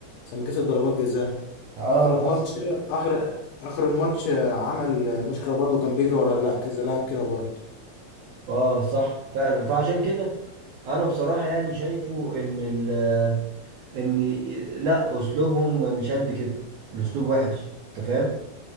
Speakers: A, on the left; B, on the right.
A: لما كسب ضربات جزاء
B: اه
A: اخر
B: حصل
A: الماتش اخر اخر الماتش عمل مشكله برضو كان بيجري ورا لا كذا لاعب كده برضو
B: اه صح فعلا فعشان كده انا بصراحة يعني شايفه ان ال ان لا اسلوبهم مش قد كده الاسلوب وحش انت فاهم